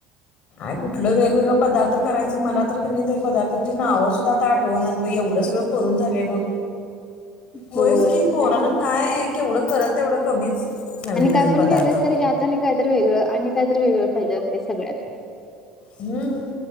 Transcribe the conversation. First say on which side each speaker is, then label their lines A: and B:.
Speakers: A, on the left; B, on the left.
A: य कुठलं वेगवेगळ पदार्थ करायचं मला तर क नाही पदार्थांची नाव सुद्धा आता आठवण ब एवढं सगळं करोरून झालंय बघ होयच,
B: होय
A: की पोरान
B: काय
A: कायवढं परण तेवढं कमीच नवीन
B: आणि काय
A: नवीन पदार्थ
B: पण केलंस तर हे आता आणि काय तरर वेगळं आणि कायत वेगळं हिले ते सगळ्यात
A: हम्म